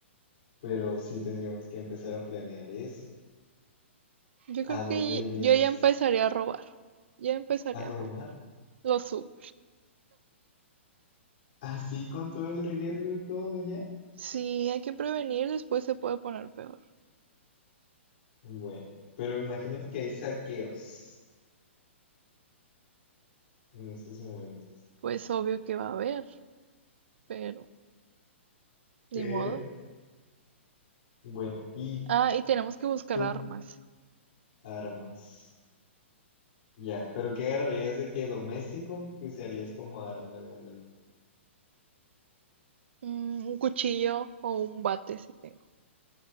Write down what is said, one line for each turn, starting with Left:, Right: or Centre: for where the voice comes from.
Left: Pero sí tendríamos que empezar a planear eso.
Right: Yo creo
Left: ¿A dónde
Right: que
Left: irías?
Right: yo ya empezaré a robar. Ya empezaré
Left: ¿A
Right: a
Left: robar?
Right: robar. Lo supe.
Left: Así con todo el riesgo y todo ya.
Right: Sí, hay que prevenir, después se puede poner peor.
Left: Bueno, pero imagínate que hay saqueos en estos momentos.
Right: Pues obvio que va a haber, pero
Left: Pero,
Right: ni modo.
Left: bueno, y
Right: Ah, y tenemos que buscar
Left: tú
Right: armas.
Left: armas. Ya, pero ¿qué agarrarías de qué doméstico que usarías como arma de momento?
Right: Mm, Un cuchillo o un bate si tengo.